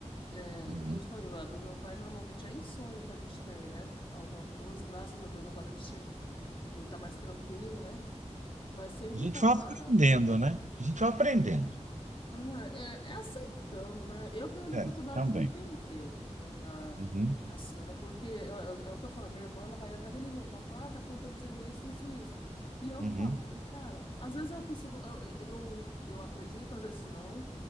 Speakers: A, on the left; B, on the right.
A: É,
B: uhum.
A: que nem eu te falei, a do meu pai normalmente é em sonho que a gente tem, né? Alguma coisa, graças a Deus agora a gente, ele tá mais tranquilo, né? Mas sempre
B: A gente
A: falar
B: vai aprendendo, né? A gente vai aprendendo.
A: ah, ah, é, é aceitando, né? Eu tenho uma dificuldade
B: É, também.
A: de entender, né? A,
B: Uhum,
A: a cena, é porque é, é- é o que eu falo, minha irmã, ela é da religião, então ela fala, ah, tá acontecendo isso, isso, e isso. E eu
B: uhum,
A: falo, falei, cara, às vezes eu consigo, eu, eu, eu acredito, às vezes não,